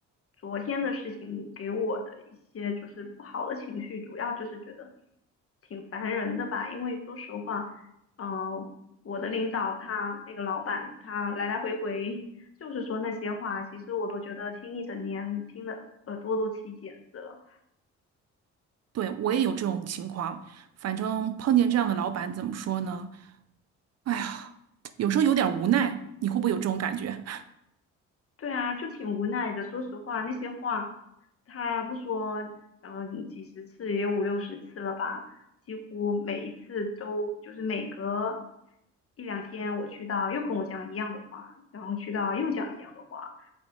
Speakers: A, on the left (about 50°); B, on the right (about 55°).
A: 昨天的事情给我的一些就是不好的情绪，主要就是觉得挺烦人的吧。因为说实话，嗯、呃我的领导他那个老板他来来回回 <laughs> 就是说那些话，其实我都觉得听一整年，听的耳朵都起茧子了。
B: 对，我也有这种情况，反正碰见这样的老板，怎么说呢？哎呀，有时候有点无奈，你会不会有这种感觉？
A: 对啊，就挺无奈的。说实话，那些话他不说，呃，几十次也有五六十次了吧，几乎每一次都就是每隔一两天我去到又跟我讲一样的话，然后去到又讲一样的话，